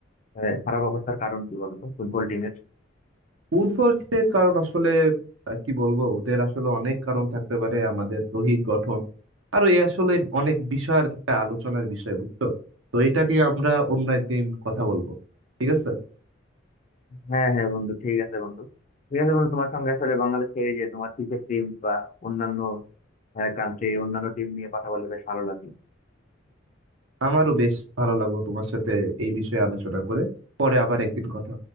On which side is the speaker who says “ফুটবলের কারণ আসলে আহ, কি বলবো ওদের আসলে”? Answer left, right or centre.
Right